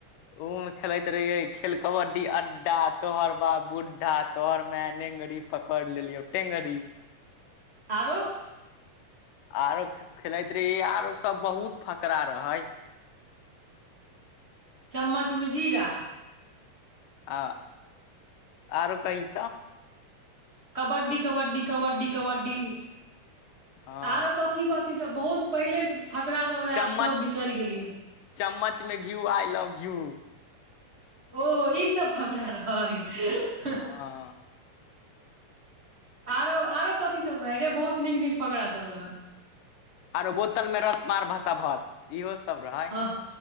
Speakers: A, on the left (about 80°); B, on the right (about 20°).
A: ओ मे खेलैत रहियै, खेल कबड्डी अड्डा तोहर बाप बू्ढ्ढा, तोहर मैएऽनेंगरी पकड़ि लेलियऔ टेंगरी
B: आरो?
A: आरो खे -खेलैत रहियै, आरो सब बहुत फकरा रहय।
B: चम्मच मे जीरा
A: ह, आरो कहि तऽ
B: कबड्डी-कबड्डी- कबड्डी -कबड्डी,
A: हँ
B: आरो कथी क - इ सब बहुत पहिले से फकराा सब रहै,
A: चम्मच
B: आब सब बिसरि गेलियैऽ।
A: चम्मच मे घ्यू आइ लव यू-
B: ओ ईसब फकड़ा रहैऽ।
A: हँ
B: आरो, आरो कथी सब रहै रे? बहुत नीक -नीक फकड़ा सब रहै।
A: आरो बोतल में रस, मार भसा भस इहो सब रहै।
B: ह,